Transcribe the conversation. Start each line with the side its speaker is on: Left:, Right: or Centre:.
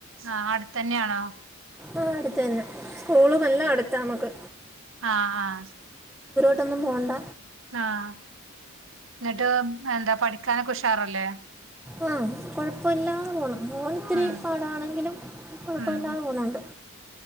Right: ആഹ് അടുത്തന്നാണോ
Centre: ആഹ് അടുത്ത് തന്നെ സ്കൂളും എല്ലാം അടുത്താമ്മക്ക്
Right: ആഹ് ആഹ്
Centre: പെട്ടൊന്നും പോണ്ട
Right: ആഹ് ന്നിട്ട് എന്താ പഠിക്കാനൊക്കെ ഉഷാറല്ലേ
Centre: ആഹ് കൊഴപ്പല്ലാന്ന് പോന്നു മോൻ ഒത്തിരി
Right: ഉം
Centre: പാടാണെങ്കിലും കൊഴപ്പല്ലാതെ
Right: ഉം
Centre: പോണുണ്ട്